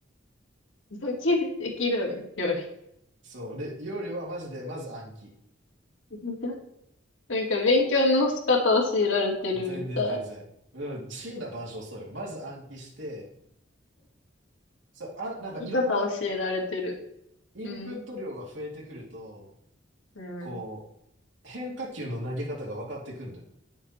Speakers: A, on the left (about 85°); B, on the right (about 70°).
A: できるできるん料理。
B: そう、で、料理はマジで、まず暗記。
A: <laughs> なんか勉強の仕方教えられてるみたい。
B: 全然全然。うん、森羅万象そうよ。まず暗記して、そう、あ、なんかいろんな
A: 生き方教えられてる。
B: インプット量が増えてくると、
A: うん。うん。
B: こう、変化球の投げ方が分かってくるのよ。